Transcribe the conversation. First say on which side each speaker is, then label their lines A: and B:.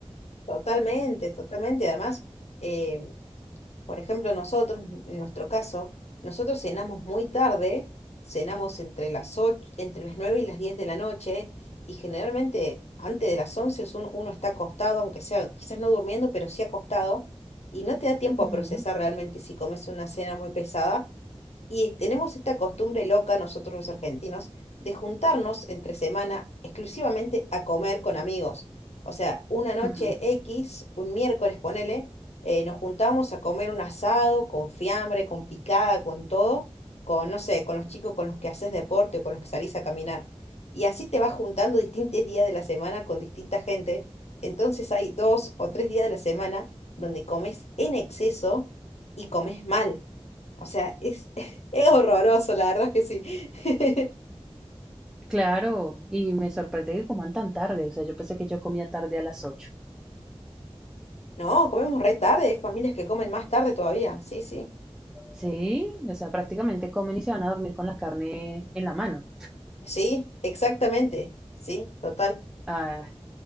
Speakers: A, on the left; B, in the centre.
A: totalmente, totalmente. Además, eh, Por ejemplo, nosotros, en nuestro caso, nosotros cenamos muy tarde, cenamos entre las ocho entre las 9 y las 10 de la noche, y generalmente antes de las 11 es un- uno está acostado, aunque sea quizás no durmiendo, pero sí acostado, y no te da tiempo
B: Ujú.
A: a procesar realmente si comes una cena muy pesada, y tenemos esta costumbre loca nosotros los argentinos de juntarnos entre semana exclusivamente a comer con amigos. O sea, una noche
B: Ujú.
A: X, un miércoles ponele, eh, nos juntamos a comer un asado con fiambre, con picada, con todo, con, no sé, con los chicos con los que haces deporte o con los que salís a caminar. Y así te vas juntando distintos días de la semana con distinta gente. Entonces hay dos o tres días de la semana donde comes en exceso y comes mal. O sea, es es horroroso, la verdad es que sí. <laughs>
B: Claro, y me sorprende que coman tan tarde, o sea, yo pensé que yo comía tarde a las ocho
A: No, comemos re tarde, hay familias que comen más tarde todavía. Sí, sí.
B: Sí, o sea, prácticamente comen y se van a dormir con la carne en la mano.
A: Sí, exactamente. Sí, total.
B: Ah,